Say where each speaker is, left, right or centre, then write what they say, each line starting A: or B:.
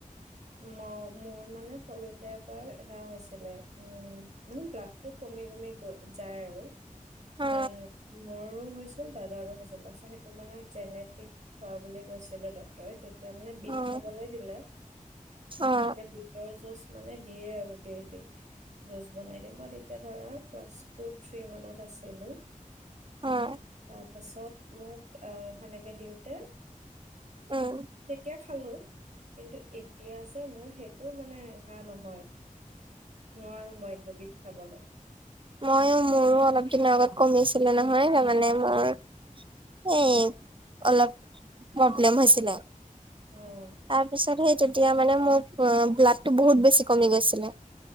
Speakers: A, on the right (about 55°); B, on the right (about 35°).
A: ম মোৰ মানে সৰুতে এবাৰ সেয়া হৈছিলে উম মানে ব্লাত টো কমি কমি গ যায় আৰু
B: অ
A: দেন মোৰো হৈছিল দাদাৰো হৈছিল তাৰপাছত সেইটো মানে জেনেটিক হোৱা বুলি কৈছিলে তই তেতিয়া মানে বিট
B: অ
A: খাবলে দিলে
B: অ
A: তেতিয়া বিট টৰ জুচ মানে দিয়ে আৰু ডেইলী জুচ বনাই দিয়ে মই তেতিয়া ধৰা ক্লাছ টু থ্ৰী মানত আছিলো
B: অ
A: তাৰ পাছত মোক আহ সেনেকে দিওঁতে
B: আহ
A: তেতিয়া খালো কিন্তু এতিয়া যে‌‌ মোৰ সেইটো মানে সেয়া নহয় নোঁৱাৰো মই এতিয়া বিট খাবলে
B: ময়ো মোৰো অলপ দিনৰ আগত কমিছিলে নহয় তাৰমানে মোৰ এ অলপ প্ৰব্লেম হৈছিলে
A: উম
B: তাৰ পিছত সেই তে তিয়া মানে মোক ব্লাডটো বহুত বেছি কমি গৈছিলে